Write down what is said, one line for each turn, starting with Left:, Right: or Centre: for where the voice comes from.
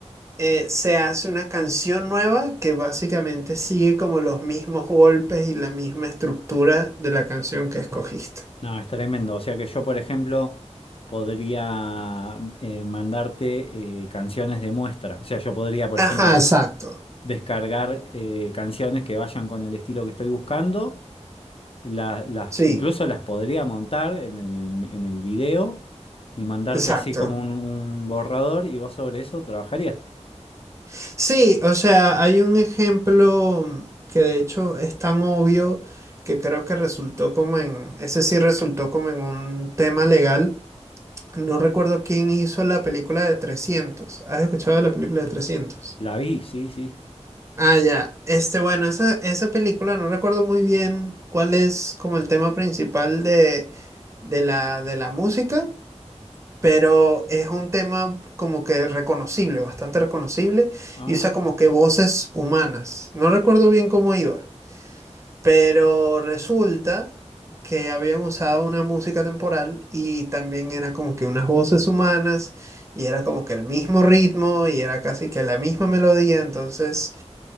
Right: eh, se hace una canción nueva que básicamente sigue como los mismos golpes y la misma estructura de la canción que escogiste.
Left: No, es tremendo. O sea que yo, por ejemplo, podría mm, eh, mandarte eh, canciones de muestra. O sea, yo podría, por
Right: Ajá,
Left: ejemplo,
Right: exacto.
Left: descargar eh, canciones que vayan con el estilo que estoy buscando. la- las,
Right: Sí,
Left: incluso las podría montar en el, en el video y mandarte
Right: exacto.
Left: así como un, un borrador y vos sobre eso trabajarías.
Right: Sí, o sea, hay un ejemplo que de hecho es tan obvio que creo que resultó como en, ese sí resultó como en un tema legal. No recuerdo quién hizo la película de trescientos ¿Has escuchado de la película de trescientos
Left: La vi, sí, sí.
Right: Ah, ya. Este, bueno, esa, esa película no recuerdo muy bien cuál es como el tema principal de, de la, de la música, pero es un tema como que reconocible, bastante reconocible,
Left: Ah,
Right: y usa como que voces humanas. No recuerdo bien cómo iba, pero resulta que habían usado una música temporal y también era como que unas voces humanas, y era como que el mismo ritmo, y era casi que la misma melodía, entonces...